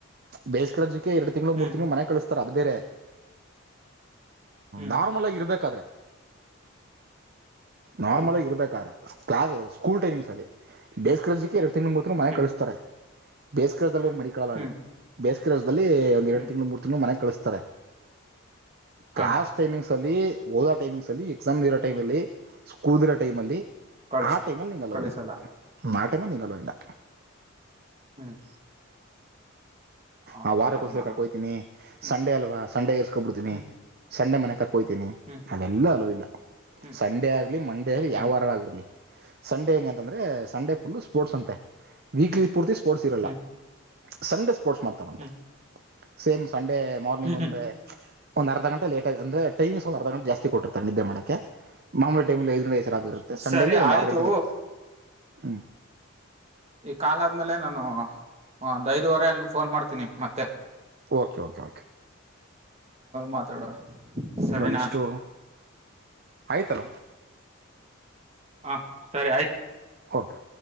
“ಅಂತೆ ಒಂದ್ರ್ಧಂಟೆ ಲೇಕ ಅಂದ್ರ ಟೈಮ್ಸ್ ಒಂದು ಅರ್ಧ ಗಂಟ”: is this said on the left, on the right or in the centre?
Right